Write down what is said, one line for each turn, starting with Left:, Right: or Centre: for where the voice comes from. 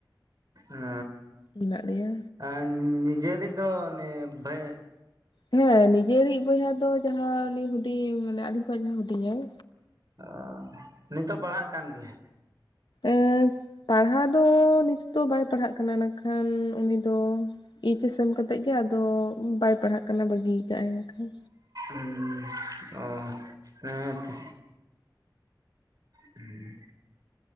Right: ᱩᱸ᱾
Left: ᱢᱮᱱᱟᱜ ᱞᱮᱭᱟ
Right: ᱟᱸᱧ ᱱᱤᱡᱮᱨᱤᱡ ᱫᱚ ᱚᱱᱮ ᱵᱷᱟᱹ
Left: ᱦᱮᱸ ᱱᱤᱡᱮᱨᱤᱡ ᱵᱚᱭᱦᱟ ᱫᱚ ᱡᱟᱦᱟᱸ ᱩᱱᱤ ᱦᱩᱰᱤᱧ ᱢᱟᱱᱮ ᱟᱹᱫᱧ ᱠᱷᱚᱡ ᱦᱚᱸ ᱦᱩᱰᱤᱧᱟᱭ
Right: ᱚ ᱱᱤᱛᱚᱜ ᱯᱟᱲᱦᱟᱜ ᱠᱟᱱ ᱜᱮᱭᱟᱭ?
Left: ᱮᱸ ᱯᱟᱲᱦᱟᱣ ᱫᱚ ᱱᱤᱛ ᱫᱚ ᱵᱟᱭ ᱯᱟᱲᱦᱟᱸᱜ ᱠᱟᱱᱟ ᱱᱟᱜ ᱠᱷᱟᱱ ᱩᱱᱤ ᱫᱚ ᱮᱭᱤᱪ ᱮᱥ ᱮᱢ ᱠᱟᱛᱮᱫ ᱜᱮ ᱟᱫᱚ ᱵᱟᱭ ᱯᱟᱲᱦᱟᱜ ᱠᱟᱱᱟ ᱵᱟᱹᱜᱤᱭ ᱠᱟᱜᱟᱭ ᱦᱟᱸᱠᱷᱟᱱ᱾
Right: ᱩᱸ ᱚ ᱦᱮᱸᱛᱚ᱾ ᱦᱩᱸ᱾